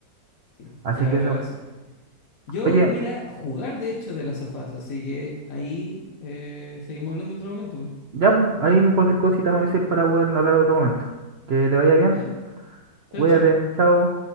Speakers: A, on the left; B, on the right.
A: Sí,
B: Así
A: ya,
B: que
A: pero
B: eso.
A: eso. Yo
B: Oye,
A: voy a ir a jugar, de hecho, de las sofás, así que ahí eh, seguimos hablando en otro momento.
B: ya, pues, ahí cualquier cosita me avisen para poder hablar otro momento. Que te vaya bien,
A: Ya,
B: cuídate,
A: chao, chao.
B: chao.